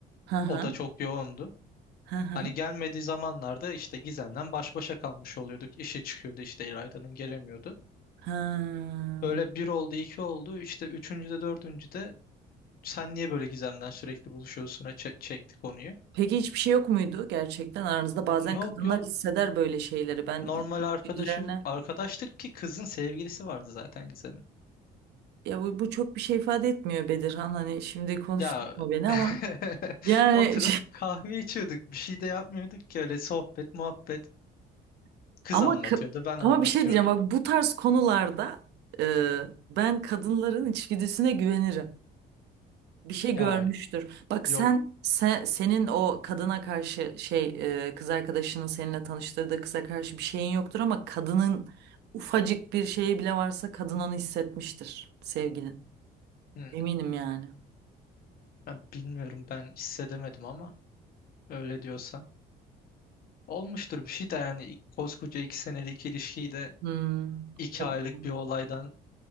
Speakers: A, on the right; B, on the left.
A: Hı hı.
B: O da çok yoğundu.
A: Hı hı.
B: Hani gelmediği zamanlarda işte Gizem'den baş başa kalmış oluyorduk. İşi çıkıyordu işte İlayda'nın gelemiyordu.
A: Ha.
B: Böyle bir oldu, iki oldu. İşte üçüncüde, dördüncüde Sen niye böyle Gizem'den sürekli buluşuyorsun'a çe- çekti konuyu.
A: Peki hiçbir şey yok muydu gerçekten aranızda? Bazen
B: Yok
A: kadınlar
B: yok
A: hisseder böyle şeyleri. Ben
B: normal
A: içgüdülerine
B: arkadaşı arkadaştık ki kızın sevgilisi vardı zaten Gizem'in.
A: ya bu, bu çok bir şey ifade etmiyor Bedirhan. Hani şimdi konuştuk
B: Ya
A: mu beni
B: <laughs>
A: ama yani
B: oturup kahve içiyorduk bir şey de yapmıyorduk ki öyle sohbet muhabbet.
A: <laughs>
B: Kız
A: ama
B: anlatıyordu
A: ka-
B: ben
A: ama
B: anlatıyordum.
A: bir şey diyeceğim bak bu tarz konularda e, ben kadınların içgüdüsüne güvenirim. bir şey
B: Ya
A: görmüştür. Bak
B: yok
A: sen, sen senin o kadına karşı şey e, kız arkadaşının seninle tanıştırdığı kıza karşı bir şeyin yoktur ama kadının ufacık bir şeyi bile varsa kadın onu hissetmiştir sevgilin.
B: hmm,
A: Eminim yani.
B: ya bilmiyorum ben hissedemedim ama öyle diyorsan. Olmuştur bir şey de yani koskoca iki senelik ilişkiyi de
A: Hmm.
B: iki
A: Tabii.
B: aylık bir olaydan